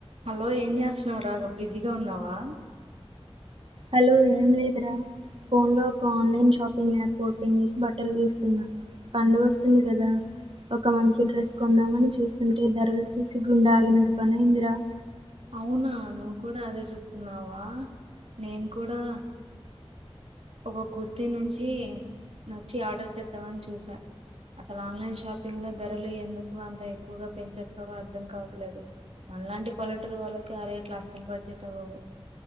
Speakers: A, on the right; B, on the right.
A: hello ఏం చేస్తున్నావు రా గా బిజీగా ఉన్నావా
B: హలో ఏం లేదురా ఫోన్లో ఒక ఆన్లైన్ షాపింగ్ యాప్ ఓపెన్ చేసి బట్టలు చూస్తున్నాను పండగ వస్తుంది కదా ఒక మంచి డ్రస్ కొందామని చూస్తుంటే ధరలు చూసి గుండె ఆగినంత పనైందిరా
A: అవునా నువ్వు కూడా అదే చూస్తున్నావా నేను కూడా ఒక కుర్తి నుంచి నచ్చి ఆర్డర్ చేద్దామని చూసా అసలు ఆన్లైన్ షాపింగ్ లో ధరలు ఎందుకు అంత ఎక్కువగా పెంచేస్తారో అర్థం కావట్లేదు మనలాంటి పల్లెటూరు వాళ్ళకి అరేట్ లస్సలు బడ్జెట్ అవ్వవు